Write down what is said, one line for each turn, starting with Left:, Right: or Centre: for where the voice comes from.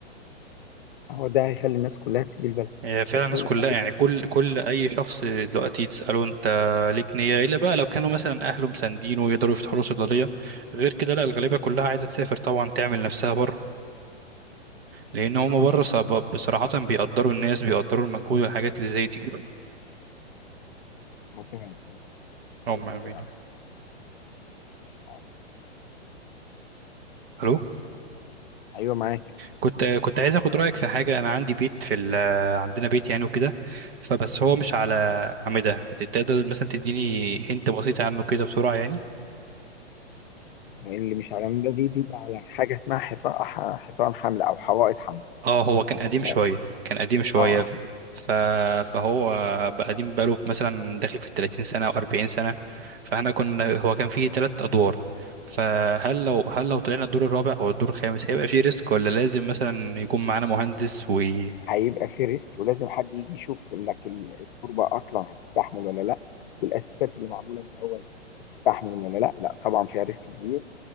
Left: هو ده هيخلي الناس كلها تسيب البلد
Right: هي فعلا
Left: هتخلي-
Right: الناس كلها
Left: خلي-
Right: يعني كل كل اي شخص دلوقتي تساله انت ليك نيه الا بقى لو كانوا مثلا اهله مساندينه ويقدروا يفتحوا له صيدليه غير كده لا الغالبيه كلها عايزه تسافر طبعا تعمل نفسها بره لان هم بره صعب- بصراحه بيقدروا الناس بيقدروا المجهود والحاجات اللي زي دي
Left: ربنا يوفقك.
Right: هم
Left: خلاص
Right: امين
Left: كده على خير. إن شاء الله.
Right: الو
Left: ايوه معاك
Right: كنت كنت عايز اخد رايك في حاجه انا عندي بيت في ال... عندنا بيت يعني وكده فبس هو مش على عمده تقدر مثلا تديني هنت بسيطه عنه كده بسرعه يعني
Left: اللي مش على العمودة دي بيبقى على حاجة اسمها حيطان أح- حيطان حمل أو حوائط حمل
Right: اه هو كان قديم
Left: احنا
Right: شوية كان قديم شوية
Left: اه احنا
Right: ف... ف... فهو بقى قديم بقاله في مثلا داخل في 30 سنة أو 40 سنة فاحنا كنا هو كان فيه ثلاث أدوار فهل لو هل لو طلعنا الدور الرابع أو الدور الخامس هيبقى فيه ريسك ولا لازم مثلا يكون معانا مهندس وي
Left: هيبقى في ريسك ولازم حد يجي يشوف لك ال- التربة أصلا هتستحمل ولا لأ والأساسات اللي معمولة من الأول هتستحمل ولا لأ لأ طبعا فيها ريسك كبير